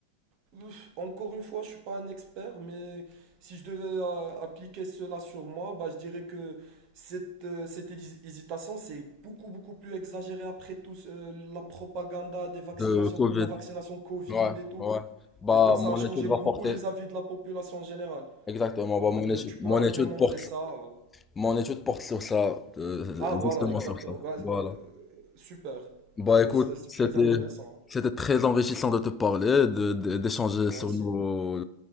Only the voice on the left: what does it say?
Le Covid.
Ouais,
ouais. Bah
mon
étude va
porter.
Exactement.
Bah mon
étude,
mon
étude porte,
mon étude porte sur ça, euh,
justement
sur ça.
Voilà.
Bah
écoute,
c'était
c'était très enrichissant de te parler, de, de- d'échanger
sur
nos,